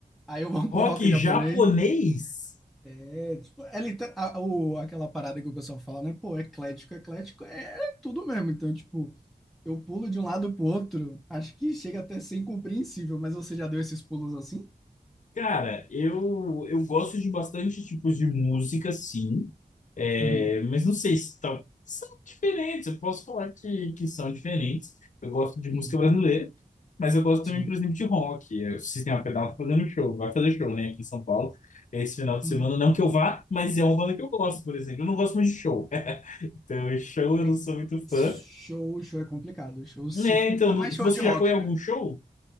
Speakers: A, in the centre; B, on the left.
A: Aí eu vou
B: Rock
A: pra um rock japonês.
B: japonês?
A: É, tipo, é liter- a- o, aquela parada que o pessoal fala, né? Pô, eclético, eclético é é tudo mesmo. Então, tipo, eu pulo de um lado pro outro. Acho que chega até a ser incompreensível, mas você já deu esses pulos assim?
B: Cara, eu, eu gosto de bastante tipos de música, sim. É,
A: Uhum,
B: mas não sei se tão- são diferentes. Eu posso falar que, que são diferentes. Eu gosto de música
A: uhum,
B: brasileira, mas eu gosto
A: sim.
B: também, por exemplo, de rock. O Sistema Pedal tá fazendo show, vai fazer show, né, aqui em São Paulo esse final de
A: uhum.
B: semana. Não que eu vá, mas é uma banda que eu gosto, por exemplo. Eu não gosto muito de show. <laughs> Então, show eu
A: É
B: não
A: que
B: sou muito fã.
A: show, show é complicado. Show se
B: Né,
A: fui,
B: então,
A: ainda mais show
B: você
A: de rock,
B: já foi a algum
A: né?
B: show?